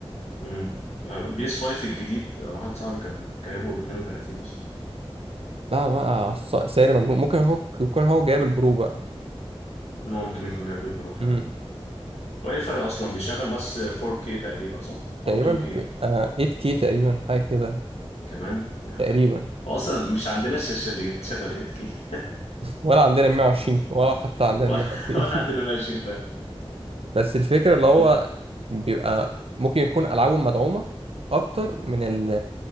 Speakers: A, on the left; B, on the right.
A: امم آه، بي اس 5 الجديد آه، واحد صاحبي كان جايبه ب 32 اصلا
B: لا بقى ص- سعر مجنون ممكن هو يكون هو جايب البرو بقى
A: ان هو ممكن يكون جايب برو فعلا
B: امم
A: وايه الفرق اصلا بيشغل بس 4K تقريبا صح
B: تقريبا
A: او 2K
B: آه 8 كي تقريبا حاجه كده
A: كمان يا.
B: تقريبا
A: هو اصلا مش عندنا الشاشه اللي تشغل 8K <laughs>
B: ولا عندنا 120 ولا حتى عندنا
A: ولا
B: 120
A: ولا عندنا
B: <laughs>
A: ماشين فعلا
B: بس الفكره
A: <laughs>
B: اللي هو بيبقى ممكن يكون العابه مدعومه اكتر من ال